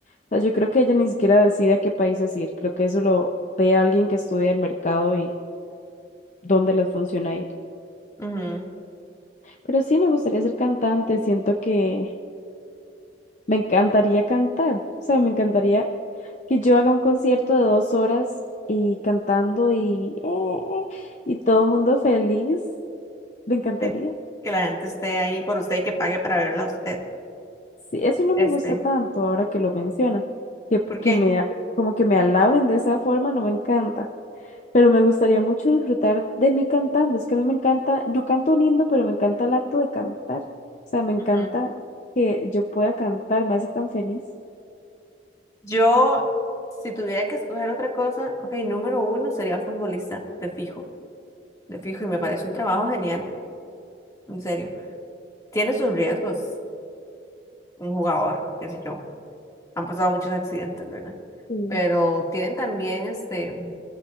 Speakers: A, on the left; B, on the left.
A: O sea, yo creo que ella ni siquiera decide a qué países ir, creo que eso lo ve alguien que estudia el mercado y dónde les funciona ir.
B: Ujú.
A: Pero sí me gustaría ser cantante, siento que me encantaría cantar, o sea, me encantaría que yo haga un concierto de dos horas y cantando y, eh, eh, y todo el mundo feliz, me encantaría.
B: Sí, Que la gente esté ahí por usted y que pague para verla a usted.
A: Sí, eso no
B: Este,
A: me gusta tanto ahora que lo menciona, que,
B: ¿por
A: que
B: qué?
A: me, a- como que me alaben de esa forma, no me encanta, pero me gustaría mucho disfrutar de mí cantando, es que a mí me encanta, no canto lindo, pero me encanta el acto de cantar, o sea, me encanta
B: Ujú.
A: que yo pueda cantar, me hace tan feliz.
B: Yo, si tuviera que escoger otra cosa, ok, número uno sería futbolista, de fijo, de fijo, y me parece un trabajo genial. en serio. Tiene sus riesgos, un jugador, qué sé yo. Han pasado muchos accidentes, ¿verdad?
A: Sí.
B: Pero tienen también este